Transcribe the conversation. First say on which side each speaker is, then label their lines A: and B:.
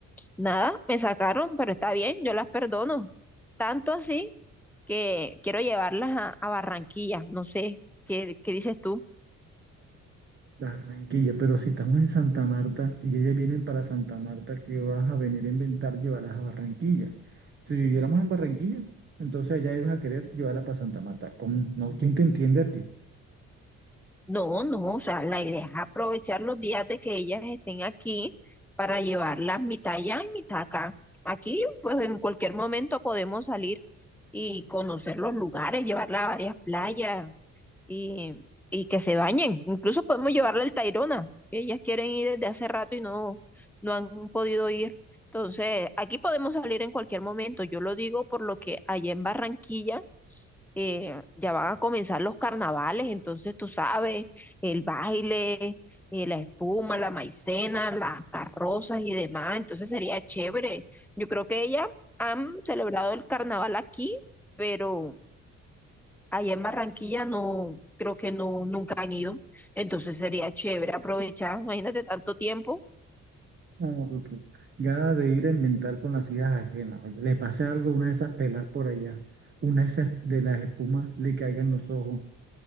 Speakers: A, in the centre; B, on the right.
A: Nada, me sacaron, pero está bien, yo las perdono. Tanto así que quiero llevarlas a, a Barranquilla, no sé, ¿qué, qué dices tú?
B: Barranquilla, pero si estamos en Santa Marta y ellas vienen para Santa Marta, ¿qué vas a venir a inventar llevarlas a Barranquilla? Si viviéramos en Barranquilla, entonces allá ibas a querer llevarlas para Santa Marta. ¿Cómo? No, ¿quién te entiende a ti?
A: No, no, o sea, la idea es aprovechar los días de que ellas estén aquí para llevarlas mitad allá y mitad acá. Aquí, pues en cualquier momento podemos salir y conocer los lugares, llevarlas a varias playas, y, y que se bañen. Incluso podemos llevarle el Tayrona. Ellas quieren ir desde hace rato y no, no han podido ir. Entonces, aquí podemos salir en cualquier momento. Yo lo digo por lo que allá en Barranquilla eh, ya van a comenzar los carnavales, entonces tú sabes, el baile, eh, la espuma, la maicena, las carrozas y demás. Entonces sería chévere. Yo creo que ellas han celebrado el carnaval aquí, pero Ahí en Barranquilla no, creo que no, nunca han ido. Entonces sería chévere aprovechar, imagínate tanto tiempo.
B: No, tú, tú. Gana de ir a inventar con las ideas ajenas. oye, le pase algo a una de esas pelas por allá, una de esas de las espumas le caiga en los ojos,